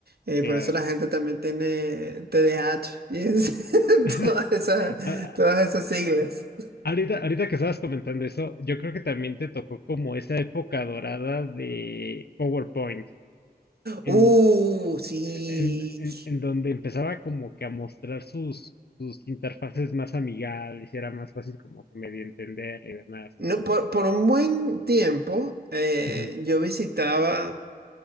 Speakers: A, on the right; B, on the left.
A: Eh,
B: claro.
A: por eso la gente también tiene TDAH y es- <laughs>
B: <laughs>
A: todas esas,
B: Ah,
A: todas esas siglas.
B: Ahorita, ahorita que estabas comentando eso, yo creo que también te tocó como esa época dorada de PowerPoint. En,
A: Uh, sí.
B: en, en- en donde empezaba como que a mostrar sus, sus interfaces más amigables y era más fácil como que medio entender y demás,
A: No,
B: ¿no?
A: por, por un buen tiempo eh,
B: Ujú.
A: yo visitaba,